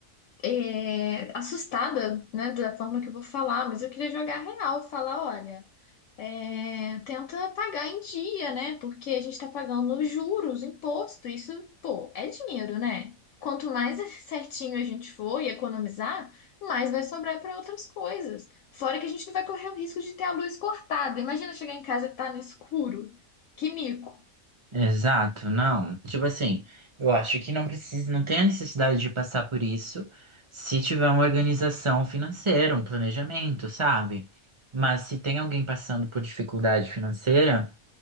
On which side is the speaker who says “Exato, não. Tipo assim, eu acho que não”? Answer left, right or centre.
Right